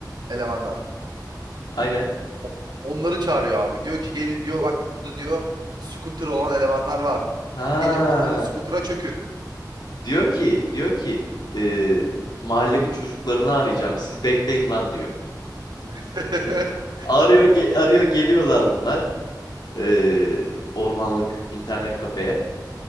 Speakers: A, on the right (about 75°); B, on the left (about 75°).
A: elemanlar.
B: Aynen.
A: O- onları çağırıyor abi. Diyor ki gelin diyor bak burada diyor scooter olan elemanlar var.
B: Ha.
A: Gelin bunların scooter'a çökün.
B: Diyor ki, diyor ki, e, mahallemin çocuklarını arayacağım. Siz bekleyin lan diyor.
A: <laughs>
B: Arıyor, ge- arıyor geliyorlar bunlar. Ee, ormanlık internet kafeye.